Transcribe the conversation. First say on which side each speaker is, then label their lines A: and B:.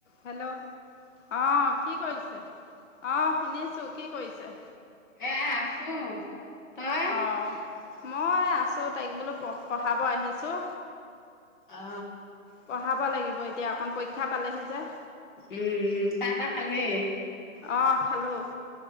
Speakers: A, on the left; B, on the left.
A: Hello আহ কি কৰিছে? অঁ শুনিছো। কি কৰিছে?
B: এ আছো। তই
A: অঁ মই আছোঁ। তাইক বোলো পঢ পঢ়াব আহিছোঁ।
B: অ
A: পঢ়াব লাগিব এতিয়া অকন পৰীক্ষা পালেহি যে।
B: উম উম। চাহ তাহ খালেই?
A: অঁ খালো।